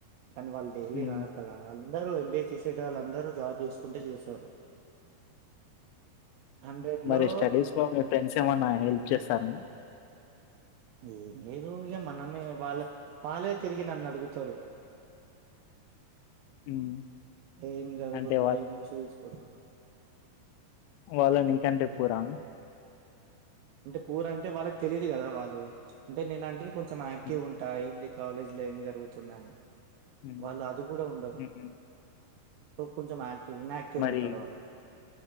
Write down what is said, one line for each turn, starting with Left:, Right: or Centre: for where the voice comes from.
Right: కానీ వాళ్ళు డైలీ
Left: ఉమ్,
Right: రారు కదా వాళ్ళు అందరూ ఎంబీఏ చేసేటోళ్ళు అందరూ జాబ్ చేసుకుంట చేస్తారు హండ్రెడ్
Left: మరి
Right: లో
Left: స్టడీస్ లో మీ ఫ్రెండ్స్ ఏమన్నా హెల్ప్ చేస్తారండి
Right: ఏం లేదు ఇక మనమే వాళ్ళ వాళ్ళే తిరిగి నన్ను అడుగుతారు
Left: ఉమ్,
Right: ఏం జదుకుంటున్నావు
Left: అంటే
Right: ఏ బుక్స్ తీసుకుంట్టున్న
Left: వాళ్లు నీకంటే పూరా
Right: అంటే పూరు అంటే వాళ్ళకి తెలీయదు కదా వాళ్ళు అంటే నేను అంటేనే కొంచెం యాక్టివ్
Left: ఉమ్,
Right: గ ఉంటా ఏంది కాలేజీలో ఏం జరుగుతుందని
Left: ఉమ్,
Right: వాళ్ళు అది కూడా ఉండరు
Left: ఉమ్, ఉమ్.
Right: కొంచెం యాక్టివ్న్ ఇన్యాక్టివ్
Left: మరి
Right: గ ఉంటరు వాళ్ళు